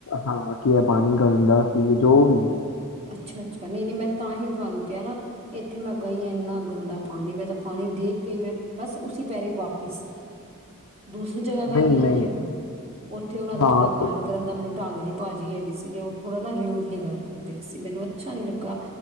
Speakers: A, on the left (about 70°); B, on the right (about 25°).
A: ਹਾਂ ਕੀ ਐ ਪਾਣੀ ਦਿੰਦਾ ਸੀਗੇ ਜੋ ਵੀਏ
B: ਅੱਛਾ ਅੱਛਾ ਨਹੀਂ ਨਹੀਂ ਮੈਂ ਤਾਂ ਹੀ ਤੁਹਾਨੂੰ ਕਿਹਾ ਨਾ ਇੱਥੇ ਮੈਂ ਗਈ ਹਾਂ ਇੰਨਾ ਗੰਦਾ ਪਾਣੀ ਮੈਂ ਤਾਂ ਪਾਣੀ ਦੇਖ ਕੇ ਮੈਂ ਬਸ ਉਸੀ ਪੈਰੀਂ ਵਾਪਿਸ ਦੂਸਰੀ ਜਗ੍ਹਾ ਗਈ
A: ਨਹੀਂ
B: ਆ
A: ਨਹੀਂ
B: ਉੱਥੇ ਉੱਥੇ ਉਹਨਾਂ ਦਾ
A: ਹਾਂ
B: ਥੋੜਾ ਗੱਲ
A: ਤੇ-
B: ਕਰਨ ਦਾ ਮੈਨੂੰ ਢੰਗ ਨੀ ਭਾਜੀ ਹੈਗੇ ਸੀਗੇ ਉਥੋ ਦਾ ਨਾ ਰਿਊਡਲੀ ਗੱਲ ਕਰਦੇ ਸੀ ਮੈਨੂੰ ਅੱਛਾ ਨੀ ਲੱਗਾ